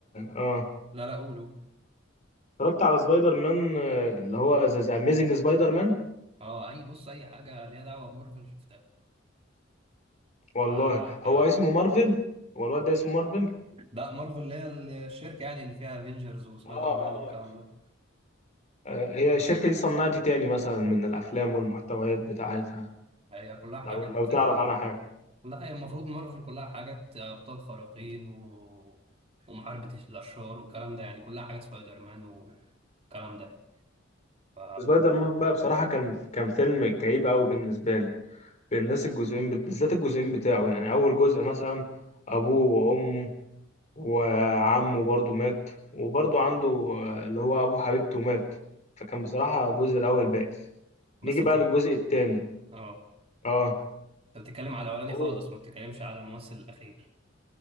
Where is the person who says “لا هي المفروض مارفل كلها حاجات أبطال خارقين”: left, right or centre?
Right